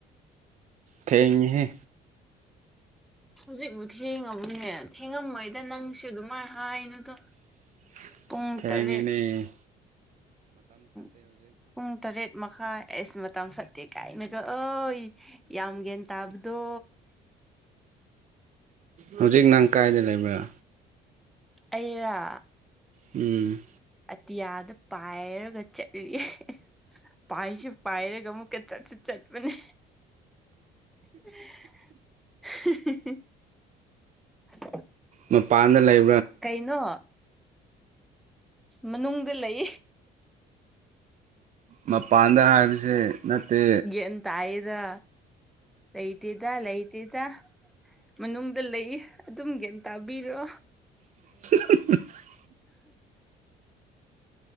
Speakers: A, on the right (about 45°); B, in the centre.
A: ꯊꯦꯡꯉꯦꯍꯦ
B: ꯍꯧꯖꯤꯛꯕꯨꯨ ꯊꯦꯡꯉꯝꯃꯣꯏꯅꯦ ꯊꯦꯡꯉꯝꯃꯣꯏꯗ ꯅꯪꯁꯨ ꯑꯗꯨꯃꯥꯏꯅ ꯍꯥꯏꯅꯨꯗ
A: <unintelligible>
B: ꯄꯨꯡ
A: ꯊꯦꯡꯉꯦꯅꯦ
B: ꯇꯔꯦꯠ <unintelligible> ꯄꯨꯡ ꯇꯔꯦꯠ ꯃꯈꯥꯏ ꯑꯤꯁ ꯃꯇꯝ ꯐꯠꯇꯦ ꯀꯥꯏꯅꯒ ꯑꯣꯏ ꯌꯥꯝ ꯒ꯭ꯌꯥꯟ ꯇꯕꯗꯣ
A: ꯍꯧꯖꯤꯛ ꯅꯪ ꯀꯥꯏꯗ ꯂꯩꯕ꯭ꯔꯥ
B: ꯑꯩꯔꯥ
A: ꯎꯝ
B: ꯇꯤꯌꯥꯗ ꯄꯥꯏꯔꯒ ꯆꯠꯂꯦ ꯄꯥꯏꯁꯨ ꯄꯥꯏꯔꯒ ꯑꯃꯨꯛꯀ ꯆꯠꯁꯨ ꯆꯠꯄꯅꯦ <unintelligible>
A: ꯃꯄꯥꯟꯗ ꯂꯩ
B: ꯀꯩꯅꯣ ꯃꯅꯨꯡꯗ ꯂꯩ
A: ꯃꯄꯥꯟꯗ ꯍꯥꯏꯕꯁꯦ ꯅꯠꯇꯦ
B: ꯌꯦꯟ ꯇꯥꯏꯗ ꯂꯩꯇꯗ ꯂꯩꯠ ꯑꯗꯨꯗ ꯃꯅꯨꯡꯗ ꯂꯩ ꯑꯗꯨꯝꯒꯅ ꯇꯥꯕꯤꯔꯣ
A: <inaudible> <inaudible>